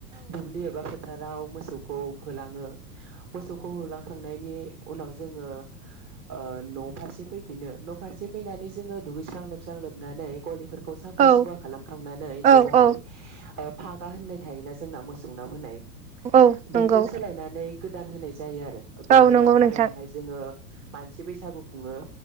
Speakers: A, on the right; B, on the right.
A: दुब्लि एबा फोथाराव मोसौखौ होलाङो मोसौखौ होलांखांनायनि उनाव जोङो ओ न' फारसे फै फिनो न' फारसे फैनानै जोङो दुगैस्रां लोबस्रां लोबनानै गलिफोर खौ साफा
B: औ
A: सुफा खालामखांनानै बेवहाय
B: औ औ
A: ओ फागा होननाय थायोना जोंनाव मोसौनाव होनाय
B: औ
A: बेखौ
B: नंगौ
A: सोलायनानै गोदान होनाय जायो आरो बेनि
B: औ नंगौ
A: अखानायैहाय
B: नोंथां
A: जोङो मानसि बैसागु खुङो